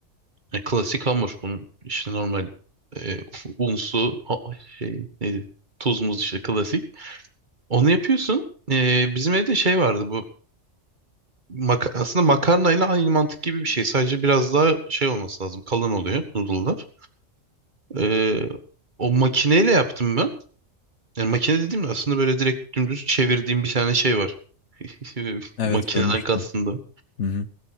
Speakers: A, on the right; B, on the left.
A: E, klasik hamur. Bunun işte normal e, un, su, ha- şey neydi? Tuz, muz işte klasik. Onu yapıyorsun. E, bizim evde şey vardı bu. Maka aslında makarnayla aynı mantık gibi bir şey. Sadece biraz daha şey olması lazım. Kalın oluyor noodle'lar. E, o makineyle yaptım ben. Yani makine dediğimde aslında böyle direkt dümdüz çevirdiğim bir tane şey var. <laughs>
B: Evet
A: Makineden
B: görmüştüm.
A: kastım da.
B: Hı hı.